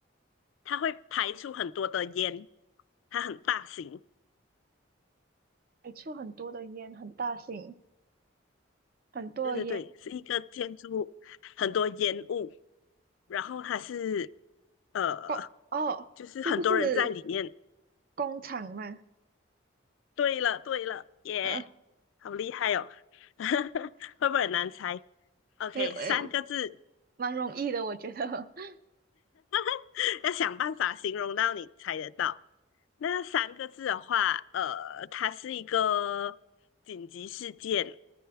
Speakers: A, on the left; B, on the right.
A: 它会排出很多的烟，它很大型。
B: 你出很多的烟，很大声，很多的烟，
A: 对对对，是一个建筑物，很多烟雾。然后它是呃，
B: 哦哦，
A: 就是很多人在里面。
B: 是不是？工厂嘛，
A: 对了，对了，耶，
B: 啊，
A: 好厉害哦！<laughs> 会不会很难猜？OK，
B: 没有，呃，
A: 三个字，
B: 蛮容易的，我觉得。<laughs>
A: <laughs> 要想办法形容到你猜得到。那三个字的话，呃，它是一个紧急事件，